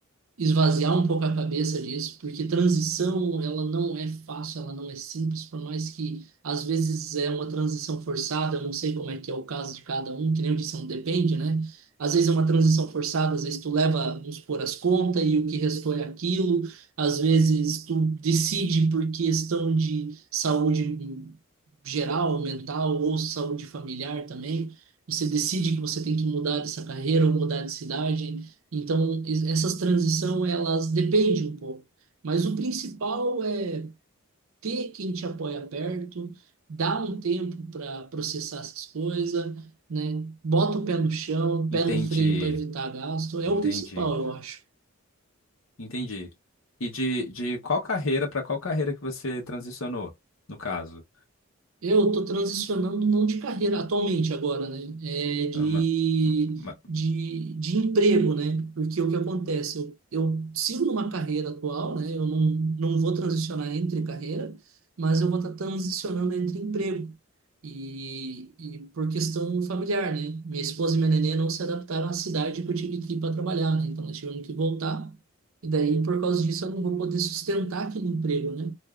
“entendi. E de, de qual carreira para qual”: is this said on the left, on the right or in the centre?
Left